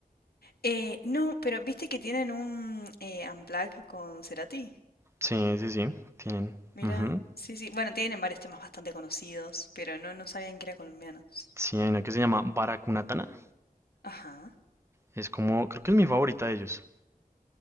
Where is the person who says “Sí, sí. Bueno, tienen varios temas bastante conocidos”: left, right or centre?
Left